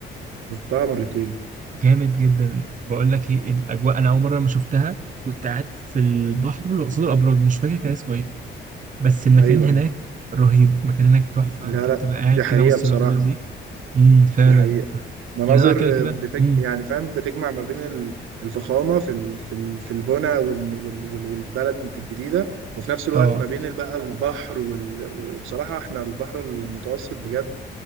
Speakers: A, on the right; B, on the right.
A: رحتها مرتين
B: جامد جدا بقول لك ايه الاجواء انا اول مره لما شفتها كنت قاعد في البحر اللي قصاد الابراج مش فاكر كان اسمه ايه بس المكان
A: ايوه
B: هناك
A: ايوه
B: رهيب المكان هناك تحفه
A: لا
B: انت
A: لا
B: بتبقى
A: دي
B: قاعد
A: حقيقه
B: كده وسط
A: بصراحه
B: الابراج دي امم فعلا
A: دي حقيقه مناظر
B: يعني انا كده كده
A: آه، بتج...
B: امم
A: يعني فاهم بتجمع ما بين ال- الفخامه في ال... في ال... في البنى وال... وال... وال... والبلد الجديده وفي نفس الوقت
B: اه
A: ما بين بقى البحر وال... وبصراحه احنا البحر المتوسط بجد